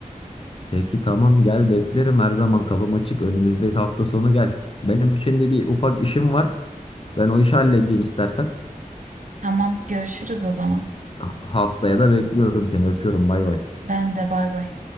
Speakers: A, on the left; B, on the right.
A: Peki tamam gel beklerim her zaman kapım açık önümüzdeki hafta sonu gel. Benim şimdi bir ufak işim var. Ben o işi halledeyim istersen.
B: Tamam görüşürüz o zaman.
A: Ha- Haftaya da bekliyorum seni öpüyorum bay bay.
B: Ben de bay bay.